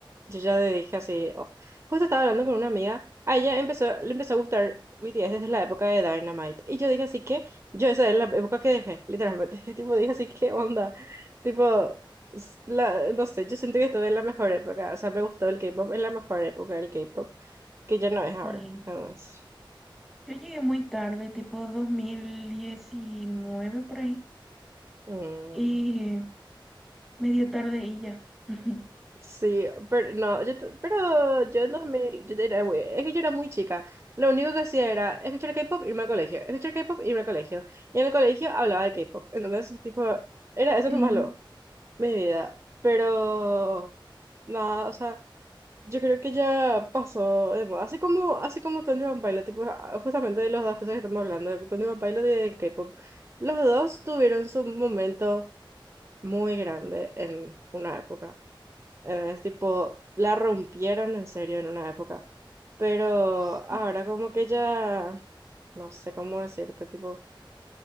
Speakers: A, on the right; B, in the centre.
A: Yo ya le dije así, off. Justo estaba hablando con una amiga, a ella empezó, le empezó a gustar BTS desde la época de Dynamite, y yo dije así que, yo esa es la época que dejé, literalmente, <laughs> tipo, dije así, ¿qué onda? Tipo, s- la, no sé, yo siento que estuve en la mejor época, o sea, me gustó el K-pop en la mejor época del K-pop, que ya no es ahora,
B: sí.
A: entonces,
B: Yo llegué muy tarde, tipo 2019 por ahí,
A: Mm,
B: y medio tarde y ya. <laughs>
A: sí, pero no, yo, t- pero yo en 2000 yo era muy, es que yo era muy chica. Lo único que hacía era escuchar K-pop, irme al colegio, escuchar K-pop, irme al colegio. Y en el colegio hablaba de K-pop. Entonces, tipo, era eso
B: Sí,
A: nomás lo, mi vida. Pero, nada, o sea, yo creo que ya pasó de moda. Así como, así como Twenty One Pilot, tipo, ah, justamente de las dos cosas que estamos hablando, de Twenty One Pilot y de K-pop. Los dos tuvieron su momento muy grande en una época. Eh, Es tipo, la rompieron en serio en una época. Pero
B: sí.
A: ahora como que ya, no sé cómo decirte, tipo,